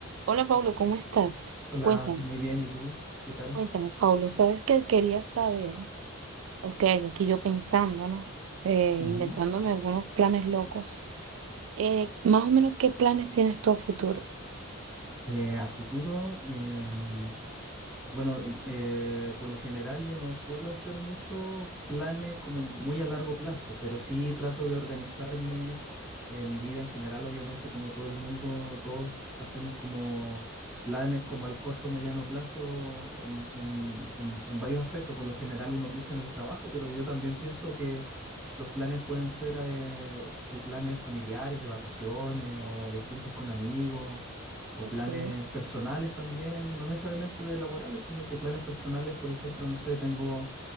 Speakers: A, on the right; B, in the centre.
A: Hola Pablo, ¿cómo estás?
B: Hola,
A: Cuéntame,
B: muy bien, ¿y tú? ¿Qué tal?
A: cuéntame, Pablo, ¿sabes qué quería saber? Ok, aquí yo pensando, ¿no? Eh, inventándome
B: Ujú.
A: algunos planes locos. Eh, más o menos, ¿qué planes tienes tú a futuro?
B: Eh, a futuro, em, Bueno, y- eh, por lo general yo no suelo hacer muchos planes como muy a largo plazo, pero sí trato de organizarme eh, mi vida en general, obviamente como todo el mundo, todos hacemos como planes como al corto, mediano plazo en, en- en- en varios aspectos. Por lo general uno piensa en el trabajo, pero yo también pienso que los planes pueden ser eh, pl- planes familiares, de vacaciones o de juntas con amigos o
A: Ok,
B: planes personales también, no necesariamente de laborales, sino que planes personales, por ejemplo, no sé, tengo,